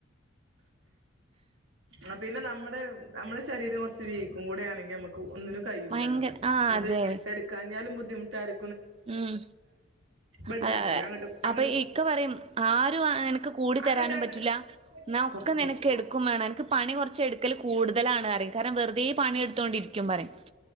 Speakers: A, on the right (about 70°); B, on the right (about 30°).
A: ആ പിന്നെ നമ്മടെ നമ്മളെ ശരീരം കൊറച്ച് വീക്കും കൂടി ആണെങ്കി അമുക്കു ഒന്നിനും കഴിയൂലല്ലോ
B: ഭയങ്കര ആ
A: അത്
B: അതെ
A: എട്ക്കാഞ്ഞാലും ബു ദ്ധിമുട്ടാര്
B: ഉം
A: ബെഡിലാക്കല
B: അതെ അയെ
A: അങ്ങോട്ട് അങ്ങോട്ട്
B: അപ്പൊ
A: പോ
B: ഇക്ക പറിം ആരും അനക്ക് കൂടി
A: അങ്ങോട്ട്
B: തരാനും
A: അങ്ങോട്ട്
B: പറ്റില്ല ഇന്നാ ഒക്കെ
A: പുറത്ത് പുറത്ത്
B: നിനക്ക് എടുക്കും വേണ അൻക്ക് പണി കൊറച്ച് എടുക്കല് കൂടുതലാണ് അറിം കാരണം വെറ്തേ പണിയെടുത്തോണ്ടിരിക്കും പറിം.